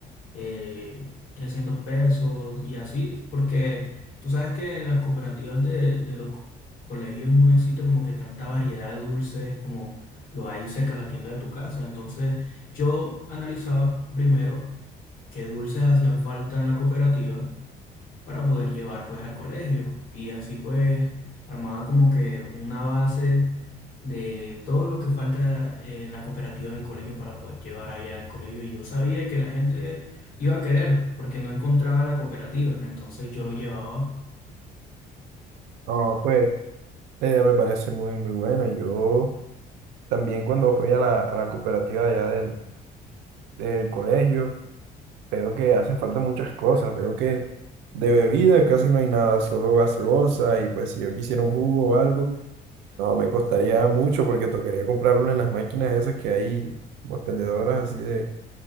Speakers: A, on the left; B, on the right.
A: eh, 300 pesos y así, porque tú sabes que en las cooperativas de, de los co- colegios no existe como que tanta variedad de dulces como lo hay cerca de la tienda de tu casa. Entonces yo analizaba primero qué dulces hacían falta en la cooperativa para poder llevar pues al colegio y así pues armaba como que una base de todo lo que falta eh, en la cooperativa del colegio para poder llevar allá al colegio y yo sabía que la gente iba a querer porque no encontraba en la cooperativa, entonces yo lo llevaba.
B: No, pues la idea me parece muy, muy buena. Yo... También cuando voy a la, a la cooperativa de allá del, del colegio, veo que hacen falta muchas cosas. Veo que de bebida casi no hay nada, solo gaseosa. Y pues si yo quisiera un jugo o algo, no me costaría mucho porque tocaría comprarlo en las máquinas esas que hay, como expendedoras así de,